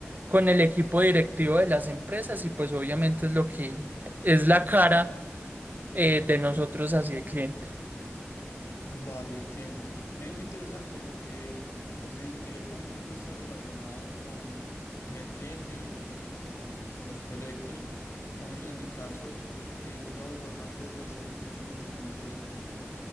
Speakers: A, on the right; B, on the left.
A: con el equipo directivo de las empresas y pues obviamente es lo que es la cara eh, de nosotros hacia el cliente.
B: Vale, entiendo. Me muy interesante porque pues di- directamente tú estás relacionado con, con el cliente y, y con, con los proyectos. Digamos, en mi caso, eh, yo trabajo para una empresa de Estados Unidos, como te comenté,